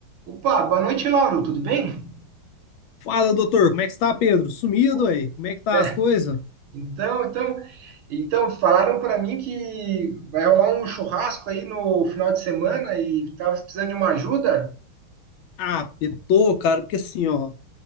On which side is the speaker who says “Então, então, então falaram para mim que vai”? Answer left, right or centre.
Right